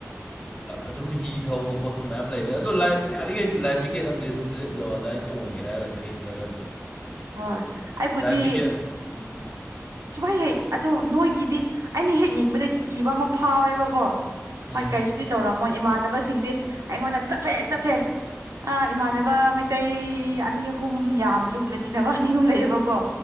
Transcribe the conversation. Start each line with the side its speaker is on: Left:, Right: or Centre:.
Left: ꯑꯗꯨꯝ ꯍꯤ ꯊꯧꯕ ꯈꯣꯠꯄ ꯃꯌꯥꯝ ꯂꯩꯕꯅꯤ ꯑꯗꯣ ꯂꯥꯏꯐ ꯌꯥꯔꯤꯈꯩꯗꯤ ꯂꯥꯏꯐ ꯖꯦꯀꯦꯠ ꯑꯃꯗꯤ ꯑꯗꯨꯝ ꯂꯤꯠꯂꯣ ꯑꯗꯨꯃꯏꯅ ꯇꯣꯡꯉꯦ ꯒꯦ ꯍꯥꯏꯔꯒꯗꯤ ꯍꯩꯇ꯭ꯔꯒꯗꯤ
Right: ꯍꯣꯏ ꯑꯩꯕꯨꯗꯤ
Left: ꯂꯥꯏꯐ ꯖꯤꯀꯦꯠ ꯎꯝ
Right: ꯁꯨꯃꯥꯏ ꯍꯩ ꯑꯗꯨ ꯅꯣꯏꯒꯤꯗꯤ ꯑꯩꯅ ꯍꯦꯛ ꯌꯦꯡꯕꯗ ꯀꯤꯕ ꯑꯃ ꯐꯥꯎꯋꯦꯕꯀꯣ
Left: ꯎꯝ
Right: ꯍꯣꯏ ꯀꯩꯁꯨꯗꯤ ꯇꯧꯔꯝꯃꯣꯏ ꯏꯃꯥꯟꯅꯕꯁꯤꯡꯗꯤ ꯑꯩꯉꯣꯟꯗ ꯆꯠꯊꯦ ꯆꯠꯁꯦ ꯑꯥ ꯏꯃꯥꯟꯅꯕ ꯃꯩꯇꯩ ꯑꯅꯤ ꯑꯍꯨꯝ ꯌꯥꯝ ꯂꯨꯅ ꯇꯤꯟꯅꯕ ꯑꯅꯤ ꯑꯍꯨꯝ ꯂꯩꯌꯦꯕꯀꯣ